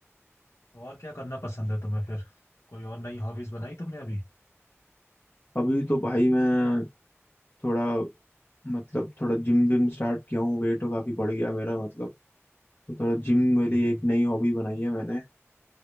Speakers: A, on the left; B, on the left.
A: और क्या करना पसंद है तुम्हें फिर कोई और नई हॉबीज बनाई तुमने अभी
B: अभी तो भाई मैं थोड़ा मतलब थोड़ा जिम विम स्टार्ट किया हूँ वेट काफी बढ़ गया मेरा मतलब तो थोड़ा जिम
A: हम्म
B: मेरे लिए एक नई हॉबी बनाई है मैंने